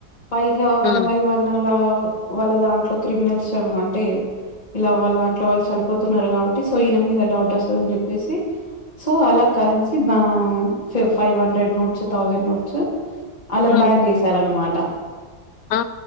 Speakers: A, on the left; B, on the left.
A: పైగా
B: ఉమ్
A: వన్ బై వన్ అలా వాళ్ళ దాంట్లో క్రిమినల్స్ అంటే ఇలా వాళ్ళు దాంట్లో వాళ్ళు చనిపోతున్నారు కాబట్టి సో ఈయన మీద డౌట్ వస్తుందని చెప్పేసి సో అలా కరెన్సీ వ five hundred notes thousand notes అలా
B: ఉమ్
A: బ్యాన్ చేసారనమాట
B: ఆ